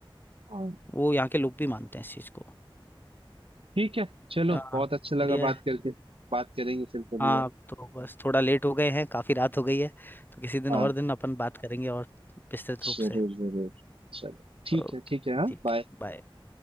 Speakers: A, on the right (about 85°); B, on the left (about 20°).
A: और
B: वो यहाँ के लोग भी मानते हैं इस चीज़ को
A: ठीक है चलो
B: हाँ
A: बहुत अच्छा लगा
B: बढ़िया है
A: बात करके बात करेंगे फिर कभी
B: हाँ
A: और
B: तो बस थोड़ा लेट हो गए हैं काफ़ी रात हो गई है तो किसी दिन
A: हाँ
B: और दिन अपन बात करेंगे और विस्तृत रूप
A: जरूर
B: से
A: जरूर चलो ठीक
B: ओके
A: है ठीक है हाँ
B: ठीक
A: बाय
B: बाय